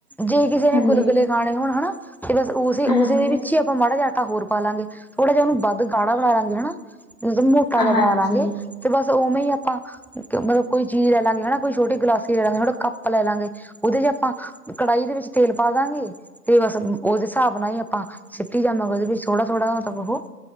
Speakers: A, in the centre; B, on the left.
A: ਜੇ ਕਿਸੇ ਨੇ
B: ਹਾਂਜੀ,
A: ਗੁਲਗੁਲੇ ਖਾਣੇ ਹੋਣ ਹਨਾ ਤੇ ਬਸ ਉਸੇ
B: ਹਾਂਜੀ,
A: ਉਸੇ ਦੇ ਵਿੱਚ
B: ਹਾਂਜੀ।
A: ਹੀ ਆਪਾਂ ਮਾੜਾ ਜਾ ਆਟਾ ਹੋਰ ਪਾਲਾਂਗੇ ਥੋੜਾ ਜਾ ਉਹਨੂੰ ਵੱਧਾ ਗਾੜਾ ਬਣਾ ਲਾਗੇ <unintelligible> ਤਾਜ਼ਾ
B: ਹਾਂਜੀ,
A: ਬਣਾ ਲਾਂਗੇ ਤੇ ਬਸ ਉਵੇਂ ਹੀ ਆਪਾਂ ਮਤਲਬ ਕੋਈ ਜੀ ਲੈ ਲਾਂਗੇ ਹਨਾ ਕੋਈ ਛੋਟੀ ਗਲਾਸੀ ਲਾਂਗੇ ਛੋਟਾ ਕੱਪ ਲੈ ਲਾਂਗੇ। ਉਹਦੇ ਚ ਆਪਾਂ ਕੜਾਹੀ ਦੇ ਵਿੱਚ ਤੇਲ ਪਾ ਦਾਂਗੇ। ਤੇ ਬਸ ਉਹਦੇ ਹਿਸਾਬ ਨਾਲ ਹੀ ਆਪਾਂ ਸਿੱਟੀ ਜਾਵਾਂਗੇ ਓਹਦੇ ਵਿੱਚ ਥੋੜਾ ਥੋੜਾ ਮਤਲਬ ਉਹ